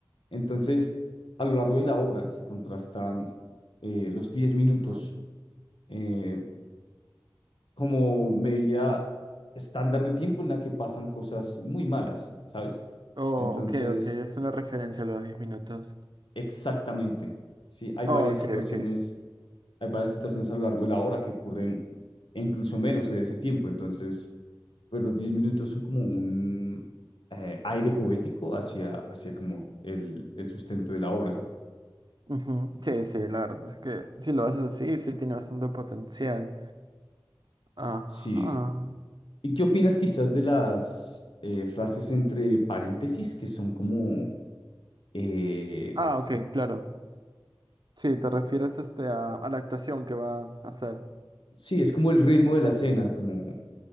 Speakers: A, on the left; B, on the right.
A: Entonces, a lo largo de la obra se contrastan eh, los diez minutos
B: Ujú.
A: eh, como medida estándar de tiempo en la que pasan cosas muy malas, ¿sabes?
B: Oh,
A: Entonces,
B: ok, ok, es una referencia a los 10 minutos.
A: Exactamente. Sí, hay
B: Oh,
A: varias
B: ok,
A: situaciones,
B: ok.
A: hay varias situaciones a lo largo de la hora que ocurren e incluso menos de ese tiempo. Entonces, pues los 10 minutos son como un eh, aire poético hacia, hacia como el, el sustento de la obra.
B: Ujú. Sí, sí, la verdad es que si lo haces así, sí tiene bastante potencial. Ajá.
A: Sí. ¿Y qué opinas quizás de las eh, frases entre paréntesis que son como, eh,
B: Ah, ok,
A: u-
B: claro. Sí, te refieres este a, a la actuación que va a hacer.
A: sí, es como el ritmo de la cena, como,